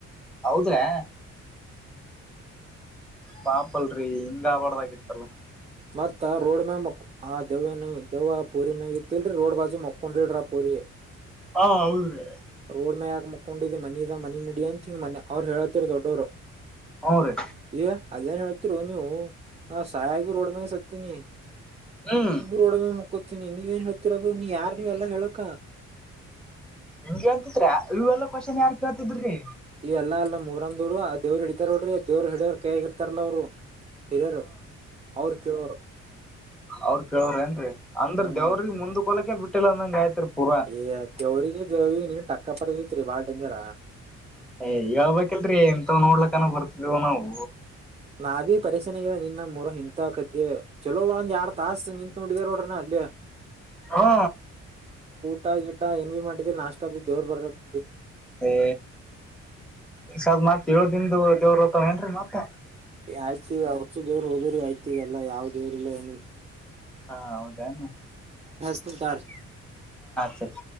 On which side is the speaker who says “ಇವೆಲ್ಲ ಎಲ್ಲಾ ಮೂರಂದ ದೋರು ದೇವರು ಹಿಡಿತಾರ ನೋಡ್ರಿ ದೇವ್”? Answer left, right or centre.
Right